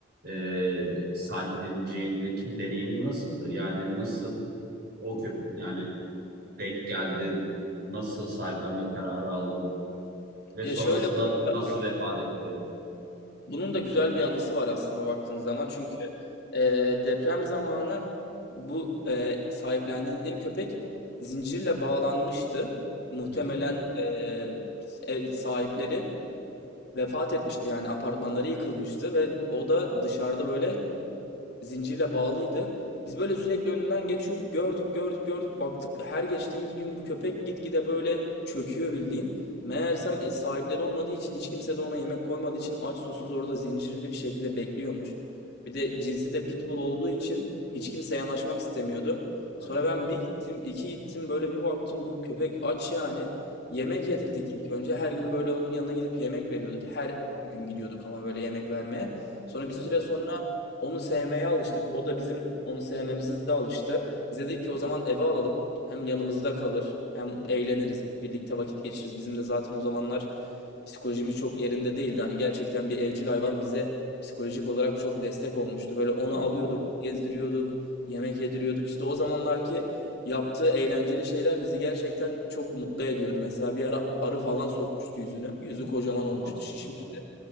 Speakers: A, on the right; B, on the left.
A: e, sahipleneceğindeki deneyimin nasıldı? Yani nasıl o köpe yani denk geldin? Nasıl sahiplenme kararı aldın? Ve
B: Ya
A: sonrasında
B: şöyle bunun
A: nasıl
B: da
A: vefat etti?
B: Bunun da güzel bir anısı var aslında baktığınız zaman. Çünkü e, deprem zamanı bu e, sahiplendiğim köpek zincirle bağlanmıştı. Muhtemelen
A: Hı hı.
B: e, ev sahipleri vefat etmişti yani apartmanları yıkılmıştı ve o da dışarıda böyle zincirle bağlıydı. Biz böyle sürekli önünden geçiyorduk. Gördük, gördük, gördük. Baktık her geçtiğimiz gün bu köpek gitgide böyle çöküyor bildiğin. Meğersem
A: Hı hı.
B: e, sahipleri olmadığı için hiç kimse de ona yemek koymadığı için aç susuz orada zincirli bir şekilde bekliyormuş. Bir de cinsi de pitbull olduğu için hiç kimse yanaşmak istemiyordu.
A: Aynen.
B: Sonra ben bir gittim, iki gittim böyle bir baktım bu köpek aç yani. Yemek
A: Hı hı.
B: yedirdik ilk önce. Her gün böyle onun yanına gidip yemek veriyorduk. Her gün gidiyorduk ama böyle yemek vermeye. Sonra bir
A: Hı
B: süre
A: hı.
B: sonra onu sevmeye alıştık. O da bizim onu sevmemize alıştı. Bize dedik ki o zaman eve alalım. Hem yanımızda kalır, hem eğleniriz, birlikte vakit geçiririz. Bizim de zaten o zamanlar psikolojimiz çok yerinde değildi. Hani gerçekten bir evcil hayvan bize psikolojik olarak çok destek olmuştu. Böyle onu
A: Tabii
B: alıyorduk,
A: ki de.
B: gezdiriyorduk, yemek yediriyorduk. İşte o zamanlarki yaptığı eğlenceli şeyler bizi gerçekten çok mutlu ediyordu. Mesela bir ara arı falan sokmuştu yüzünü. Yüzü kocaman olmuştu,
A: Aha.
B: şişmişti.
A: <laughs>